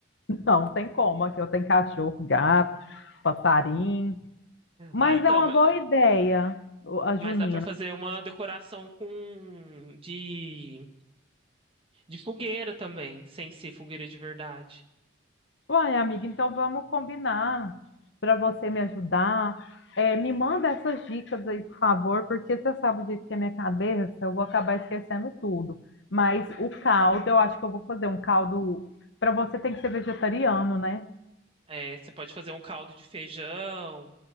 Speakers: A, on the left; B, on the right.
A: Não, tem como, aqui eu tenho cachorro, gato, passarinho. Mas
B: Ah, então,
A: é uma
B: ma-
A: boa ideia, o- a
B: mas
A: junina.
B: dá pra fazer uma decoração com de, de fogueira também, sem ser fogueira de verdade.
A: Uai, amiga, então vamos combinar para você me ajudar. É, me manda essas dicas aí, por favor, porque você sabe o jeito que é minha cabeça, eu vou acabar esquecendo tudo. Mas o caldo, eu acho que eu vou fazer um caldo. Para você tem que ser vegetariano, né?
B: É, você pode fazer um caldo de feijão,